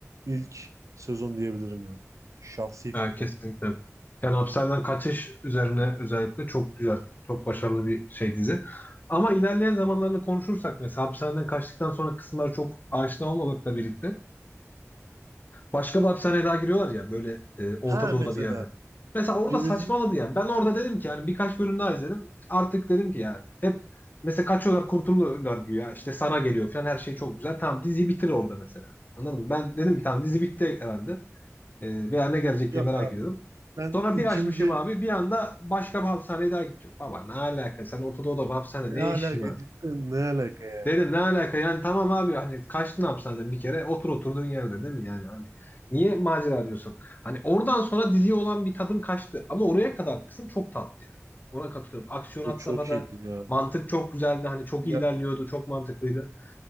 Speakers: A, on the right; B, on the left.
A: ilk sezon diyebilirim yani. Şahsi fikrim.
B: Evet, kesinlikle. Yani hapishaneden kaçış üzerine özellikle çok güzel, çok başarılı bir şey dizi. Ama ilerleyen zamanlarını konuşursak mesela hapishaneden kaçtıktan sonra kısımları çok aşina olmamakla birlikte Başka bir hapishaneye daha giriyorlar ya böyle e, Orta
A: Ha
B: Doğu'da
A: mesela
B: bir yerde. Mesela orada
A: Brezilya
B: saçmaladı yani. Ben orada dedim ki yani birkaç bölüm daha izledim. Artık dedim ki ya hep mesela kaçıyorlar kurtuluyorlar güya. İşte Sara geliyor falan her şey çok güzel. Tamam diziyi bitir orada mesela. Anladın mı? Ben dedim ki tamam dizi bitti herhalde. E, veya ne gelecek
A: yok
B: diye merak
A: abi.
B: ediyordum.
A: Ben
B: Sonra
A: ikinci
B: bir açmışım abi bir anda başka bir hapishaneye daha gideceğim. Baba ne alaka sen Orta Doğu'da bir hapishanede
A: ne
B: ne işin
A: alaka
B: var?
A: cidden ne alaka yani.
B: Dedim ne alaka yani tamam abi hani kaçtın hapishaneden bir kere otur oturduğun yerde değil mi yani hani niye macera diyorsun? Hani oradan sonra diziye olan bir tadım kaçtı ama oraya kadar kısım çok tatlıydı. Ona katılıyorum. Aksiyon
A: O
B: had
A: çok
B: safhada
A: iyiydi ya.
B: mantık çok güzeldi hani çok
A: Ya,
B: iyi ilerliyordu çok mantıklıydı.